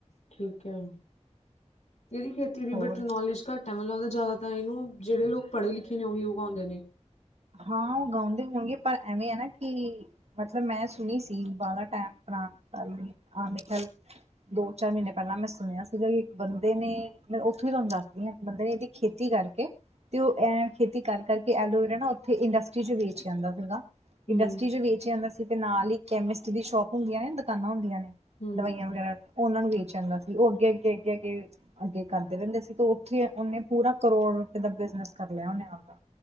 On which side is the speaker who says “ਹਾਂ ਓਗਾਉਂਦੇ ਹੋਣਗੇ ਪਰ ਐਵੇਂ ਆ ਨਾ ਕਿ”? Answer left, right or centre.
Right